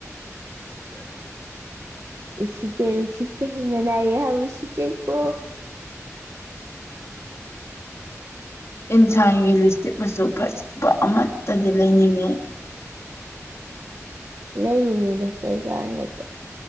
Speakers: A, on the right; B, on the left.
A: ꯎꯁꯤꯠꯇꯦ ꯎꯁꯤꯠ ꯅꯅꯥꯏ ꯌꯥꯝ ꯎꯁꯤꯠꯆꯩ ꯀꯣ
B: ꯏꯟꯁꯥꯏꯟꯒꯤ ꯂꯤꯁꯇꯤꯛꯄꯁꯨ ꯐꯖꯕ ꯑꯃꯠꯇꯗꯤ ꯂꯩꯅꯤꯡꯉꯤ꯫
A: ꯂꯩꯔꯨꯅꯨꯗ ꯀꯩ ꯀꯥꯟꯗꯕꯗ